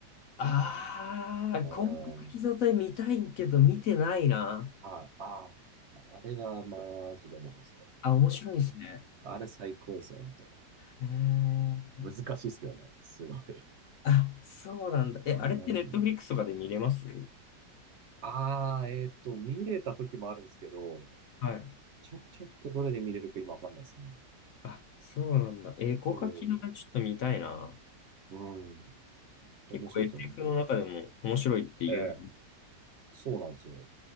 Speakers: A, on the left; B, on the right.
A: ああ、
B: う
A: 広角機動隊見たいけど見てないな。
B: ん。はい。ああ、あれはマジで面白いですよ。
A: あ、面白いですね。
B: あれ最高です、本んと。
A: えー、
B: 難しいっすけどね。すごい。
A: あ、そうなんだ。え、あれってネットフリックスとかで見れます
B: なんああ、えっと、見れた時もあるんですけど、
A: はい。
B: ちょ、ちょっとどれで見れるか今わかんないですね。
A: あ、そうなんだ。えー、広角機動隊ちょっと見たいな。
B: そう。うん。
A: 結構エ
B: 面白いですよ、本当ん
A: f の中でも面白いっていう。
B: ええ、そうなんですよ。